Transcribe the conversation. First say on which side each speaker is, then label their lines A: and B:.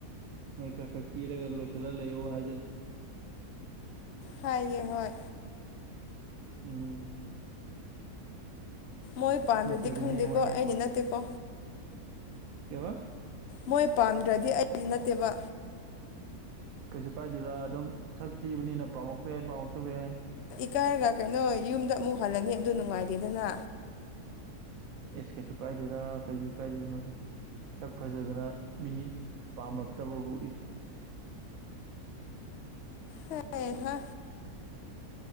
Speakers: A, on the right (about 65°); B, on the left (about 60°).
A: ꯅꯣꯏ ꯈꯔ ꯈꯔ ꯀꯦꯔꯒ ꯂꯣꯏꯁꯤꯜꯂꯒ ꯂꯩꯌꯣ ꯍꯥꯏꯖꯤꯜꯂꯣ
B: ꯍꯥꯏꯒꯦ ꯍꯣꯏ
A: ꯎꯝ
B: ꯃꯣꯏ ꯄꯥꯝꯗꯗꯤ
A: ꯅꯠꯇ꯭ꯔꯗꯤ
B: ꯈꯪꯗꯦꯀꯣ
A: ꯍꯌꯦꯡꯋꯥꯏ
B: ꯑꯩꯗꯤ ꯅꯠꯇꯦꯀꯣ
A: ꯀꯕ
B: ꯃꯣꯏ ꯄꯥꯝꯗ꯭ꯔꯗꯤ ꯑꯩꯁꯨ ꯅꯠꯇꯦꯕ
A: ꯀꯩꯁꯨ ꯀꯥꯏꯗꯗ ꯑꯗꯨꯝ ꯁꯛ ꯊꯤꯕꯅꯤꯅ ꯄꯥꯝꯃꯛꯄ ꯌꯥꯏ ꯄꯥꯝꯃꯛꯇꯕ ꯌꯥꯏ
B: ꯏ ꯀꯥꯏꯔꯒ ꯀꯩꯅꯣ ꯌꯨꯝꯗ ꯑꯃꯨꯛ ꯍꯜꯂꯅꯤ ꯑꯗꯨ ꯅꯨꯡꯉꯥꯏꯔꯦꯗꯅ
A: ꯑꯦꯁ ꯀꯩꯁꯨ ꯀꯥꯏꯗꯦꯗ ꯀꯩꯒꯤ ꯀꯥꯏꯗꯣꯏꯅꯣꯅꯦ ꯁꯛ ꯐꯖꯗꯅ ꯃꯤ ꯄꯥꯝꯃꯛꯇꯕ ꯄ ꯎꯣꯛꯏ
B: ꯍ ꯍꯥ